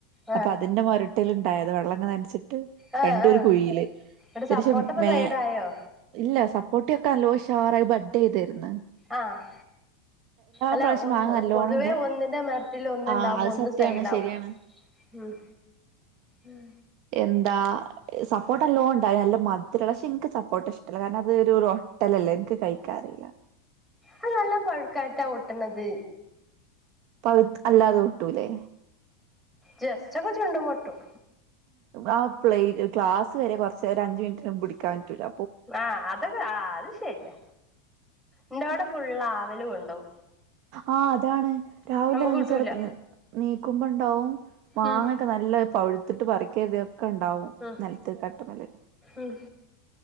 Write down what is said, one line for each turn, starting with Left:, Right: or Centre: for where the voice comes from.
Centre: ആ
Right: അപ്പൊ അതിന്റെ മൊരട്ടില്ണ്ടായത് വെള്ളങ്ങനൻച്ചിട്ട്
Centre: ആ
Right: രണ്ടുംഒരു
Centre: ആ
Right: കുഴിയില്
Centre: ഇവിടെ സപ്പോട്ടപ്പ
Right: ഒരിഷം മേ
Centre: സൈഡായോ
Right: ഇല്ല സപ്പോർട്ടി ഒക്കെ നല്ലൊഷാറായി ബഡ്ഡ്യ്തിര്ന്ന്
Centre: ആഹ് അല്ല
Right: പ്രാവശ്യം
Centre: ഒന്ന്
Right: മാങ്ങ നല്ലോണം
Centre: പൊതുവേ
Right: ഇണ്ട
Centre: ഒന്നിന്റെ മൊര്ത്തിൽ ഒന്ന്ണ്ടാവുമ്പോ
Right: ആഹ് അത്
Centre: ഒന്ന്
Right: സത്യാണ്
Centre: സൈടാവും
Right: ശരിയാണ്
Centre: ഉം ഉം
Right: എന്താ സപ്പോട്ട നല്ലോംണ്ടായി നല്ല മദ്രള്ള പക്ഷെ ഇൻക്ക് സപ്പോട്ട ഇഷ്ടല്ല കാരണം അതൊരു ഒ- ട്ടലല്ലെ ഇൻക്ക് കഴിക്കാറില്ല
Centre: അത് നല്ലം പഴുക്കായ്ട്ടാ ഒട്ടണത്
Right: പഴ്ത്ത് അല്ലാതെ ഒട്ടൂല്ലേ
Centre: ജസ്റ്റോക്കെ ചുണ്ടുമൊട്ടും
Right: ആ പ്ലേക്ലാസ്സ് വെരെ കൊർച്ചേരം ഒരഅഞ്ച് മിനിറ്റിന് പുടിക്കൻ പറ്റൂല്ല
Centre: ആഹ് അതൊക്കെ ആഹ് അത് ശെര്യാ ഇന്റെോടെ ഫുള്ള് ആവല് കൊണ്ടോകും
Right: ആഹ് അതാണ് രാവിലെ
Centre: നമുക്ക്
Right: നീച്ചടുക്കും
Centre: കിട്ടൂല
Right: നീക്കുമ്പണ്ടാവും മാങ്ങ
Centre: ഉം
Right: ഒക്കെ നല്ല പഴുത്തിട്ട് പറിക്കതൊക്കെ ണ്ടാവും
Centre: ഉം
Right: നെൽത്ത് കട്ട്മ്മല്
Centre: ഉം